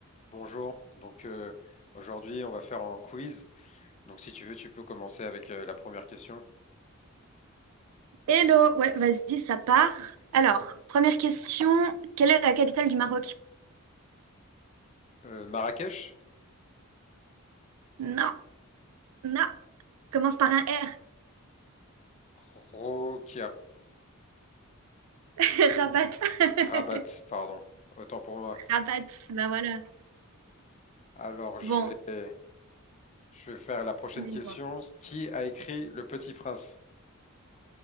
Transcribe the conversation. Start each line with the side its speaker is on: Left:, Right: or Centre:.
Left: Bonjour, donc euh, aujourd'hui on va faire un quiz. Donc si tu veux, tu peux commencer avec euh, la première question.
Right: Hello, ouais, vas-y, ça part. Alors, première question, quelle est la capitale du Maroc?
Left: Euh, Marrakech?
Right: Non, non, commence par un R.
Left: Rokia.
Right: <laughs> Rabat. <laughs>
Left: Rabat, pardon. Autant pour moi.
Right: Rabat, bah voilà.
Left: Alors je
Right: Bon,
Left: vais, je vais faire la prochaine
Right: dis-moi.
Left: question. Qui a écrit Le Petit Prince?